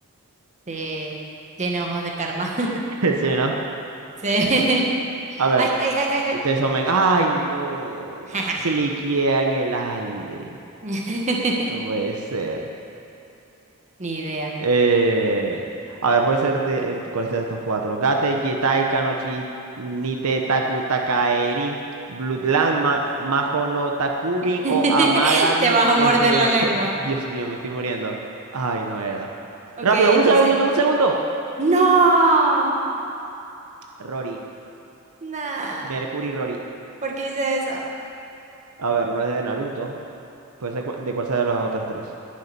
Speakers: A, on the right (about 30°); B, on the right (about 80°).
A: Sí. Tiene ojos de karma. <laughs>
B: <laughs> sí, ¿no?
A: Sí.
B: A ver,
A: Ay, ay, ay, ay,
B: Chainsaw Man, ay no,
A: ay.
B: cliquea en el aire,
A: <laughs>
B: no puede ser.
A: Ni idea.
B: Eh, a ver, puede ser de, eh, ¿cuál es de estos cuatro? Gate, Jetai, Kanochi, Nite, Taku, Takaeri, Bloodland, Ma- Maho no Takubin
A: <laughs>
B: o Amagami
A: Te vas a
B: SS.
A: morder la lengua.
B: <laughs> Dios mío, me estoy muriendo. Ay, no era.
A: Ok,
B: Rápido, un
A: entonces.
B: segundo, un segundo.
A: No,
B: Rory,
A: no.
B: Mercury Rory.
A: ¿Por qué hice eso?
B: A ver, no es de Naruto. Puede ser cu- de cuál sea de las otras tres.